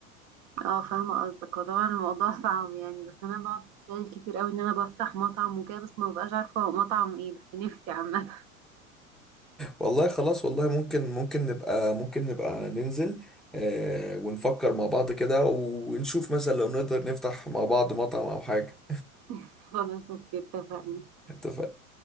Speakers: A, on the right; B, in the centre.
A: اه فاهمة قصدك هو طبعا الموضوع <laughs> صعب يعني بس انا بقعد اتخيل كتير قوي ان انا بفتح مطعم وكده بس ما ببقاش عارفة هو مطعم ايه بس نفسي عامة
B: والله خلاص والله ممكن ممكن نبقى ممكن نبقى ننزل آه ونفكر مع بعض كده ونشوف مثلا لو نقدر نفتح مع بعض مطعم او حاجه
A: <laughs> خلاص اوكي اتفقنا
B: <laughs> اتفقنا